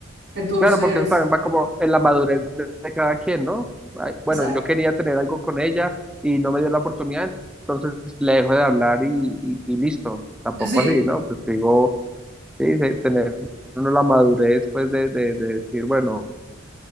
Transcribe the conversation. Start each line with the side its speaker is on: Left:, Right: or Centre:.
Right: Entonces,
Centre: claro, porque eso también va como en la madurez de de cada quien, ¿no? Ay, bueno,
Right: exacto,
Centre: yo quería tener algo con ella y no me dio la oportunidad, entonces le dejo de hablar y, y- y listo. Tampoco
Right: sí,
Centre: así, ¿no? Pues digo, sí, de tener uno la madurez, pues de, de, de decir, bueno,